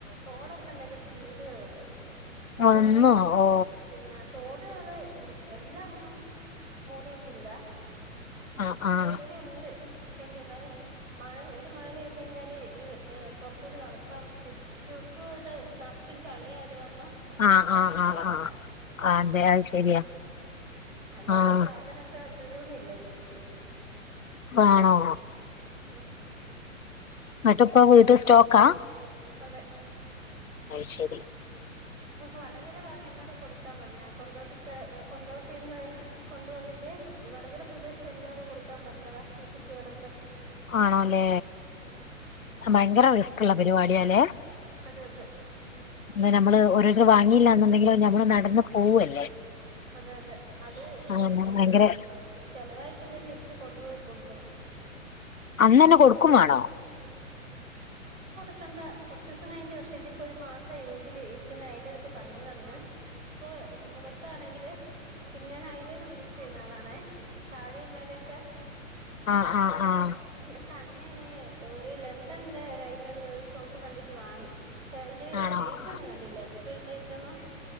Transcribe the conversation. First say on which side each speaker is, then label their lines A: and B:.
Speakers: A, on the right; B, on the left.
A: തോടൊക്കെ നികത്തി വീടുകൾ വന്ന്. അത്
B: ഒന്നോ
A: കാരണം
B: ഓ
A: പിന്നെ തോടുകള് എല്ലാം അങ്ങ് മൂടിയിട്ടില്ല
B: ആഹ്
A: അത്യാവശ്യം
B: ആഹ്
A: ഉണ്ട്, പക്ഷെങ്കി എന്നാലും മഴ ഒരു മഴ പെയ് കഴിഞ്ഞാല് ഈ പുറത്തുകൂടി നടക്കാം ചുറ്റുപാട് നറച്ചും ചളിയാ ആയത്‌ കാരണം
B: ആഹ്
A: നടക്കാൻ
B: ആഹ് ആഹ്
A: പാടാ.
B: ആഹ് അതെ അത് ശെരിയാ
A: അതുകൊണ്ട്
B: ആഹ്
A: സാധനൊക്കെ തീർന്നില്ലേ വിറ്റിറ്റ്.
B: ആണോ
A: ഉം
B: എന്നിട്ട് ഇപ്പൊ വീട്ടി സ്റ്റോക്കാ?
A: അതെ
B: ആ ശരി
A: വടകര ഭാഗം എന്നോട് കൊടുക്കാൻ പറഞ്ഞ കൊണ്ടോട്ടി കൊണ്ടോട്ടിന്ന് കൊണ്ടുവന്നിട്ട് മറ്റേ ഈ വടകര പ്രദേശത്ത് എന്നോട് കൊടുക്കാൻ പറഞ്ഞതാ ഈ ചുറ്റുപാടൊക്കെ.
B: ആണോല്ലേ,
A: ഉം
B: ഭയങ്കര റിസ്ക്ള്ള പരിപാടിയല്ലേ
A: അതെ അതെ
B: പിന്നെ നമ്മള് ഓരോരുത്തർ വാങ്ങിയില്ല എന്നുണ്ടെങ്കില് നമ്മള് നടന്നു പോവല്ലേ
A: അതെ അതെ, അത്,
B: ആഹ്
A: ഉം,
B: ഭയങ്കര
A: ചെലവായിക്കില്ലേ തിരിച്ച് കൊണ്ട്പോയി കൊടുക്കണം
B: അന്ന് തന്നെ കൊടുക്കും വേണോ
A: ക്കണ്ട കുറച്ച് ദിവസം കഴിഞ്ഞിട്ട്, പക്ഷെ ഇതിപ്പോ ഒരു മാസായി വീട്ടിൽ ഇരിക്കുന്ന അയിന്റെടക്ക് പനി വന്ന്. ഇപ്പൊ മുഖത്താണെങ്കില് പിന്നെ ഞാൻ ഐലൈനർ യൂസ് ചെയ്യുന്ന ആളാണെ, താഴേം മേലൊക്കെ,
B: ആഹ്
A: അപ്പൊ
B: ആഹ് ആഹ്
A: എൻ്റെ ക ണ്ണിന് ഒരു ലണ്ടൻൻ്റെ ഒരു ഐലൈനർ ഒര് ഷോപ്പ് കണ്ടിട്ട് വാങ്ങി, ക്ഷേ അയ്ല്
B: ആണോ
A: ഡേറ്റ് ഒന്നും കണ്ടില്ല എക്സ്പെയേഡ് ഡേറ്റ് ഒന്നും